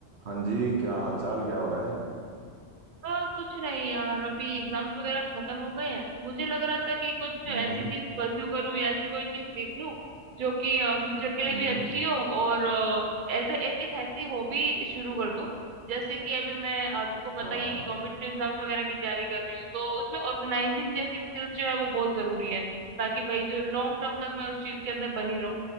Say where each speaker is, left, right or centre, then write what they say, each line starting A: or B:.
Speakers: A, on the right; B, on the right.
A: हाँ जी क्या हालचाल क्या हो रहा है
B: आ, कुछ नहीं यार अभी एग्जाम्स वगैरह खत्म हो गए हैं तो मुझे लग रहा था कि कुछ
A: हम्म
B: ऐसी चीज परस्यू करूँ या ऐसी कोई चीज सीख लूं जो कि फ्यूचर के लिए
A: हम्म
B: भी अच्छी
A: हम्म
B: हो और एज एज एक ऐसी हॉबी शुरू कर दूं जैसे कि अभी मैं अ, तुमको पता
A: हाँ
B: ही
A: हाँ
B: है कि कॉम्पिटिटिव एग्जाम्स वगैरह की तैयारी कर रही हूँ तो उसमें ऑर्गेनाइजिंग जैसी स्किल जो है वो बहुत जरूरी है ताकि भाई जो लॉन्ग टर्म तक मैं उस चीज के अंदर बनी रहूं